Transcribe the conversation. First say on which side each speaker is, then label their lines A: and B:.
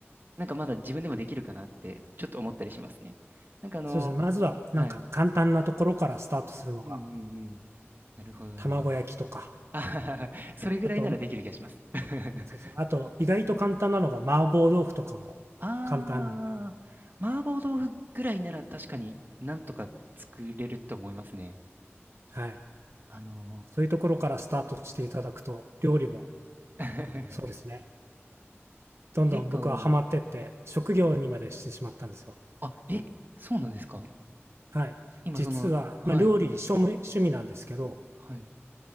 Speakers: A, on the right; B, on the right.
A: なんかまだ自分でもできるかなって、ちょっと思ったりしますね。なんかあの、
B: そうですね。まずはなんか簡単なところからスタートするのが、
A: はい。うんうんうん。なるほど、なるほど。
B: 卵焼きとか、
A: あはははそれぐらいならできる気がします。
B: あと、そ
A: <laughs>
B: うですね。あと、意外と簡単なのが麻婆豆腐とかも簡単なんで、
A: あー、麻婆豆腐ぐらいなら確かになんとか作れると思いますね。
B: はい。
A: あの
B: そういうところからスタートしていただくと、料理も
A: ー、
B: そうですね、どんどん僕はハマってって、
A: <laughs> 結構、
B: 職業にまでしてしまったんですよ。
A: あ、え、そうなんですか
B: はい。
A: 今その、
B: 実は、
A: はい、
B: まあ、料理趣味、趣味なんですけど、
A: はい。